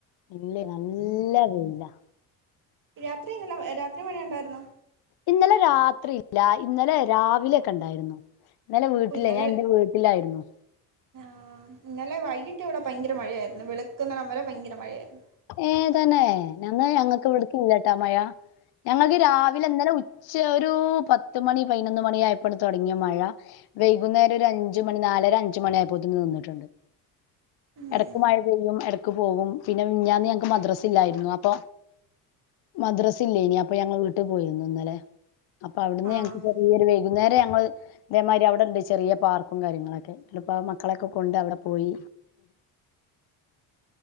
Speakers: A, on the left (about 60°); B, on the right (about 50°).
A: ഇല്ല്യേ നല്ല വെയ്ലാ
B: രാത്രി എങ്ങനെ ഏ രാത്രി മയണ്ടായിര് ന്നോ
A: ഇന്നലെ രാത്രി ഇല്ല ഇന്നലെ രാവിലൊക്കെണ്ടായിര്ന്നു. ഇന്നലെ വീട്ടിലേ
B: ഓഹ് ഇന്നലെ
A: ഞാന്റെ വീട്ടിലായിര്ന്നു.
B: ആഹ് ഇന്നലെ വൈകിട്ട് ഇവടെ ഭയങ്കര മഴയായിര്ന്നു വെള് ക്ക്ന്നടംവരെ ഭയങ്കര മഴയായിര്ന്നു.
A: ഏ തന്നേ. ഞാന്നാ ഞങ്ങക്ക് വ്ട്ക്കില്ലാട്ട ആ മയ. ഞങ്ങൾക്ക് രാവിലെ ഇന്നലെ ഉച്ച ഒരു പത്ത്മണി പൈനൊന്ന് മണി ആയപ്പണ് തൊടങ്യേ മഴ വൈകുന്നേരം ഒരു അഞ്ച് മണി നാലര അഞ്ചുമണി ആയപ്പോത്തിന് നിന്നിട്ട്ണ്ട്.
B: ഉം
A: എടക്ക് മഴ പെയ്യും എടക്ക് പോവും. പിന്നെ മിഞ്ഞാന്ന് ഞങ്ങക്ക് മദ്രസ്സില്ലായിരുന്നു. അപ്പൊ മദ്രസ ഇല്ലേയ്നീ അപ്പൊ ഞങ്ങള് വീട്ട് പോയിര്ന്നു ഇന്നലെ. അപ്പൊ അവിട്ന്ന്
B: ആഹ്
A: ഞങ്ങക്ക് ചെറിയോര് വെയ് വൈകുന്നേരം ഞങ്ങള് ഇതേമായ്രി അവടെണ്ട് ചെറീയ പാർക്കും കാര്യങ്ങളൊക്കെ അ <unintelligible> പ്പോ മക്കളൊക്കെ കൊണ്ട് അവടെ പോയി.